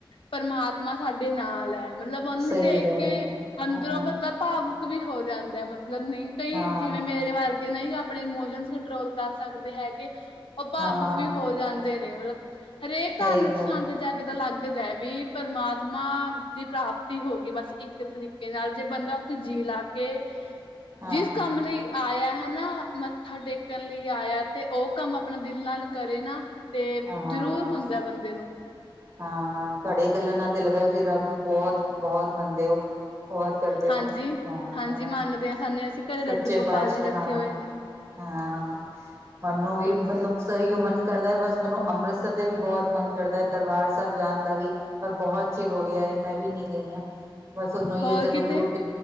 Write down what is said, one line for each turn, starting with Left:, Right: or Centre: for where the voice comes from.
Left: ਪਰਮਾਤਮਾ ਸਾਡੇ ਨਾਲ ਐ। ਮਤਲਬ, ਉਹਨੂੰ
Right: ਸਹੀ
Left: ਦੇਖ
Right: ਗੱਲ
Left: ਕੇ
Right: ਹੈ
Left: ਅੰਦਰੋਂ
Right: ਹਾਂ
Left: ਭਾਵੁਕ ਵੀ ਹੋ ਜਾਂਦਾ ਮਤਲਬ, ਨਹੀਂ ਕਈ
Right: ਹਾਂ
Left: ਜਿਵੇਂ ਮੇਰੇ ਵਰ ਜੇ ਨਹੀਂ, ਆਪਣੇ ਇਮੋਸ਼ਨ ਕੰਟਰੋਲ ਕਰ ਸਕਦੇ ਹੈਗੇ ਓ ਭਾਵੁਕ
Right: ਹਾਂ
Left: ਵੀ ਹੋ ਜਾਂਦੇ ਨੇ ਮਤਲਬ, ਹਰੇਕ
Right: ਸਹੀ
Left: ਧਾਰਮਿਕ
Right: ਗੱਲ
Left: ਸਥਾਨ ਤੇ ਜਾ ਕੇ ਤਾਂ ਲੱਗਦਾ ਵੀ, ਪਰਮਾਤਮਾ ਦੀ ਪ੍ਰਾਪਤੀ ਹੋ ਗਈ ਬਸ, ਇੱਕ ਤਰੀਕੇ ਨਾਲ ਜੇ ਬੰਦਾ ਜੀ ਲਾ ਕੇ,
Right: ਹਾਂ
Left: ਜਿਸ
Right: ਹਾਂ
Left: ਕੰਮ ਲਈ ਆਇਆ ਹੈਨਾ, ਮ ਮੱਥਾ ਟੇਕਣ ਲਈ ਆਇਆ ਤੇ ਓ ਕੰਮ ਆਪਣਾ ਦਿਲ ਨਾਲ ਕਰੇ ਨਾ, ਤੇ
Right: ਹਾਂ ਹਾਂ
Left: ਜ਼ਰੂਰ ਹੁੰਦਾ ਬੰਦੇ ਨੂੰ।
Right: ਹਾਂ, ਤੁਹਾਡੇ ਗੱਲਾਂ ਨਾਲ ਤੇ ਲੱਗਦਾ, ਤੁਸੀਂ ਰੱਬ ਨੂੰ ਬਹੁਤ, ਬਹੁਤ ਮੰਨਦੇ ਓ। ਬਹੁਤ ਕਰਦੇ
Left: ਹਾਂਜੀ,
Right: ਓ, ਹਾਂ-ਹਾਂ,
Left: ਹਾਂਜੀ ਮੰਨਦੇ ਆ ਸਾਨੇ ਅਸੀਂ ਘਰੇ
Right: ਸੱਚੇ
Left: ਲੱਡੂ ਗੋਪਾਲ
Right: ਪਾਤਸ਼ਾਹ
Left: ਜੀ ਰੱਖੇ
Right: ਨਾਲ
Left: ਹੋਏ
Right: ਆ।
Left: ਨੇ।
Right: ਹਾਂ, ਮਨੂੰ ਵੀ
Left: ਹਾਂਜੀ,
Right: ਮਤਲਬ, ਸਹੀ ਓ ਮਨ ਕਰਦਾ ਐ ਬਸ, ਮੈਂਨੂੰ ਅੰਮ੍ਰਿਤਸਰ ਤੇ ਵੀ ਬਹੁਤ ਮਨ ਕਰਦਾ ਏ, ਦਰਬਾਰ ਸਾਹਿਬ ਜਾਣ ਦਾ ਵੀ। ਪਰ ਬਹੁਤ ਚਿਰ ਹੋ ਗਿਆ ਐ, ਮੈਂ ਵੀ ਨੀ ਗਈ ਆ। ਬਸ, ਹੁਣ ਓ, ਈ
Left: ਹੋਰ
Right: ਹੈ ਜਦੋਂ
Left: ਕਿਤੇ
Right: ਗੁਰੂ ' <inaudible> '